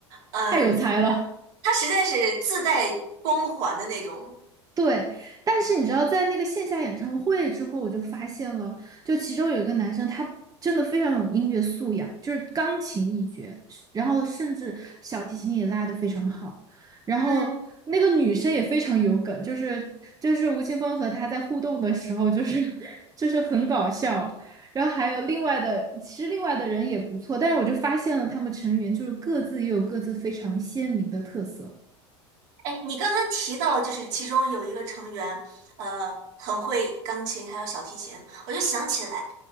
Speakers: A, on the right; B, on the right.
A: 嗯。
B: 太有才了。
A: 他实在是自带光环的那种。
B: 对，但是你知道，在那个线下演唱会之后，我就发现了，就其中有一个男生，他真的非常有音乐素养，就是钢琴一绝，然后甚至小提琴也拉得非常好。然后那个女生也非常有梗，
A: 嗯，
B: 就是就是吴青峰和他在互动的时候，就是 <laughs> 就是很搞笑。然后还有另外的，其实另外的人也不错，但是我就发现了他们成员就是各自也有各自非常鲜明的特色。
A: 哎，你刚刚提到，就是其中有一个成员，呃，很会钢琴，还有小提琴，我就想起来，